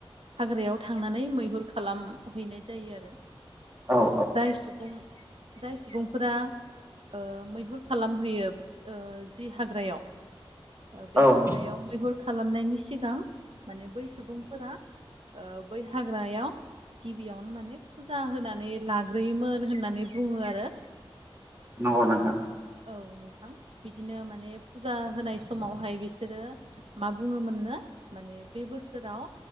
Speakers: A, on the right (about 75°); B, on the right (about 25°).
A: हाग्रायाव थांनानै मैहुर खालामहैनाय जायो आरो।
B: औ
A: ओ
B: औ
A: जाय सुबुं जाय सुबुंफोरा ओ मैहुर खालामहोयो ओ जि हाग्रायाव ओ बे
B: औ
A: हाग्रायाव मैहुर खालामनायनि सिगां माने बै सुबुंफोरा ओ बै हाग्रायाव गिबियावनो माने फुजा होनानै लाग्रोयोमोन होननानै बुङो आरो।
B: नंगौ नोंथां
A: औ औ नोंथां। बिदिनो माने फुजा होनाय समावहाय बिसोरो मा बुङोमोननो माने बे बोस सोराव